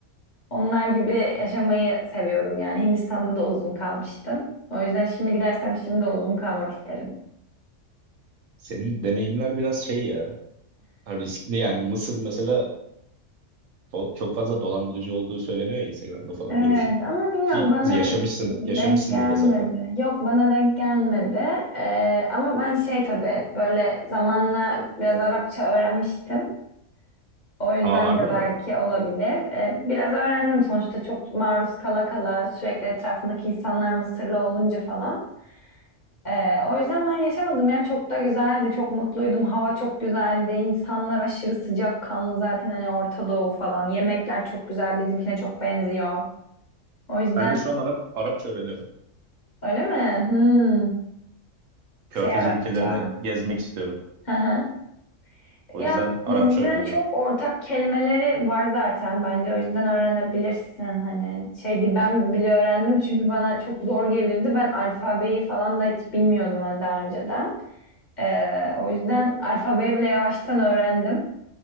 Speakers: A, on the left (about 40°); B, on the right (about 80°).
A: Onlar gibi yaşamayı seviyorum yani. Hindistan'da da uzun kalmıştım. O yüzden şimdi gidersem şimdi de uzun kalmak isterim.
B: Senin deneyimler biraz şey ya. ha, Riskli yani. Mısır mesela fo- çok fazla dolandırıcı olduğu söyleniyor ya Instagram'da falan
A: Evet
B: görürsün.
A: ama bilmiyorum
B: Ki
A: bana
B: yaşamışsın,
A: denk
B: yaşamışsındır
A: gelmedi.
B: da zaten.
A: Yok bana denk gelmedi. Ee, ama ben şey tabii böyle zamanla biraz Arapça öğrenmiştim. O yüzden
B: Aa harbi
A: de
B: mi?
A: belki olabilir. Ee, biraz öğrendim sonuçta çok maruz kala kala sürekli etrafındaki insanlar Mısırlı olunca falan. Ee, o yüzden ben yaşamadım ya çok da güzeldi çok mutluydum hava çok güzeldi insanlar aşırı sıcakkanlı zaten hani Orta Doğu falan yemekler çok güzel bizimkine çok benziyor o yüzden
B: Ben de şu an Arap, Arapça öğreniyorum.
A: öyle mi hmm. şey
B: Körfez
A: Arapça
B: ülkelerini gezmek istiyorum.
A: Hı hı.
B: O
A: ya
B: yüzden Arapça
A: bizden
B: öğreniyorum.
A: çok ortak kelimeleri var zaten bence o yüzden öğrenebilirsin hani şey değil ben bile öğrendim çünkü bana çok zor gelirdi ben alfabeyi falan da hiç bilmiyordum hani daha önceden Ee, o yüzden alfabeyi bile yavaştan öğrendim.